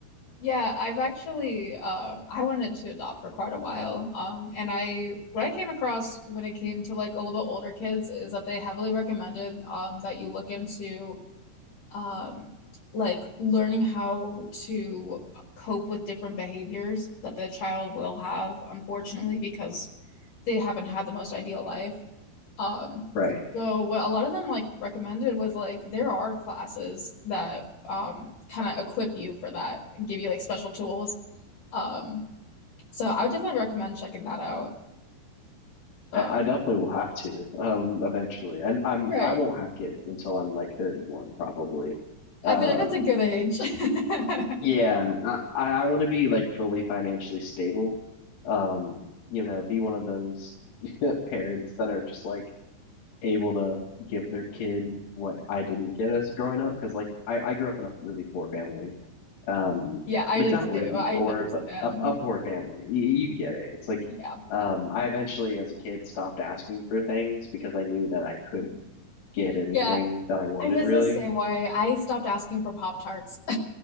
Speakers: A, on the left; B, on the left.
A: Yeah, I've actually um I wanted to adopt for quite a while. Um and I what I came across when it came to like a little bit older kids is that they heavily recommended um that you look into um like learning how to cope with different behaviors that the child will have, unfortunately, because they haven't had the most ideal life. Um,
B: right?
A: so what a lot of them like recommended was like there are classes that um kind of equip you for that and give you like special tools. Um, so I would definitely recommend checking that out. Uh,
B: I I definitely will have to um eventually. And I'm
A: right.
B: I won't have kids until I'm like 31 probably. Uh
A: I feel like that's a good age. <laughs>
B: yeah, I I want to be like fully financially stable. Um, you know, be one of those <laughs> parents that are just like able to give their kid what I didn't get as growing up because like I I grew up in a really poor family um
A: Yeah, I
B: like
A: did
B: not
A: too.
B: really
A: I
B: poor
A: understand.
B: but a, a poor family you, you get it it's like
A: Yeah.
B: um I eventually as a kid stopped asking for things because I knew that I couldn't get anything
A: Yeah.
B: that I wanted
A: I was
B: really
A: the same way. I stopped asking for Pop Tarts. <laughs>